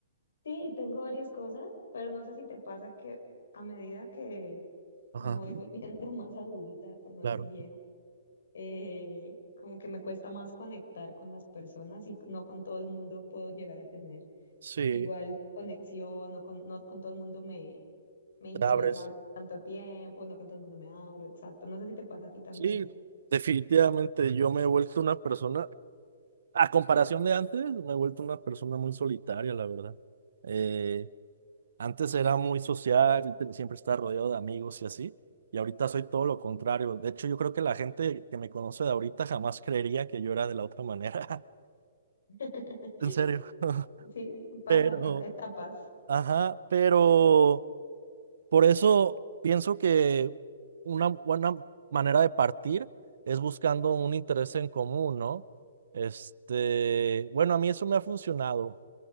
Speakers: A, on the left (about 80°); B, on the right (about 70°).
A: Sí, tengo varias cosas, pero no sé si te pasa que a medida que
B: Ajá,
A: me voy volviendo <laughs> más adulta, por no
B: claro.
A: decir vieja, eh, como que me cuesta más conectar con las personas y no con todo el mundo puedo llegar a tener
B: Sí,
A: igual conexión, no con, no con todo el mundo me, me interesa
B: te abres.
A: hablar tanto tiempo, no con todo el mundo me abro, exacto. No sé si te pasa a ti también.
B: Sí, definitivamente yo me he vuelto una persona, a comparación de antes, me he vuelto una persona muy solitaria, la verdad. Eh, Antes era muy social, y siempre estaba rodeado de amigos y así, y ahorita soy todo lo contrario. De hecho, yo creo que la gente que me conoce de ahorita jamás creería que yo era de la otra manera. <laughs>
A: <laughs>
B: En serio. <laughs>
A: Sí, pasa,
B: Pero,
A: pasa, etapas.
B: ajá, pero por eso pienso que una buena manera de partir es buscando un interés en común, ¿no? Este, bueno, a mí eso me ha funcionado.